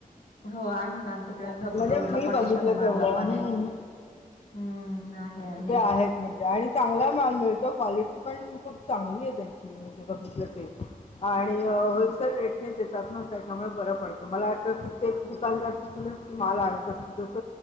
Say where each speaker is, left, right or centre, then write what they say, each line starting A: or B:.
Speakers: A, on the left; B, on the left.
A: हो आहे ना, तिकडे
B: म्हणजे
A: गंगापूर रोडला
B: मी
A: पण
B: बघितलं
A: आहे शालीमारला
B: तेवढं हम्म
A: पण आहे हम्म. हे आहे
B: तिथे आहेत म्हणजे आणि चांगला माल मिळतो, क्वालिटी पण खूप चांगली आहे त्यांची म्हणजे बघितलं ते आणि होलसेल रेटने देतात न त्याच्यामुळे बरं पडतं मला वाटतं की तेच दुकानदार तिथूनच माल आणत असती अस